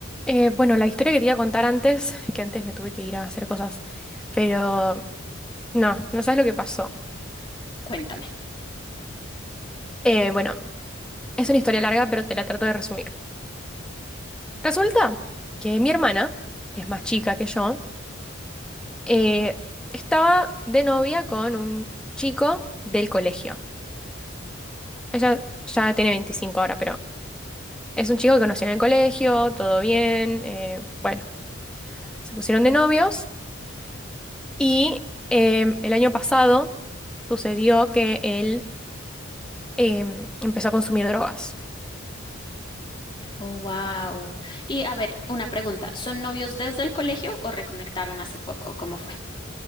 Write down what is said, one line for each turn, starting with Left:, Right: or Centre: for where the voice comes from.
Centre: Eh, bueno, la historia que te iba a contar antes, que antes me tuve que ir a hacer cosas, pero no, no sabes lo que pasó.
Left: Cuéntame.
Centre: Eh, bueno, es una historia larga, pero te la trato de resumir. Resulta que mi hermana, que es más chica que yo, eh, estaba de novia con un chico del colegio. Ella ya tiene 25 ahora, pero es un chico que conocí en el colegio, todo bien, eh, bueno, se pusieron de novios y em, el año pasado sucedió que él em, empezó a consumir drogas.
Left: Oh, wow. Y a ver, una pregunta. ¿Son novios desde el colegio o reconectaron hace poco? ¿Cómo fue?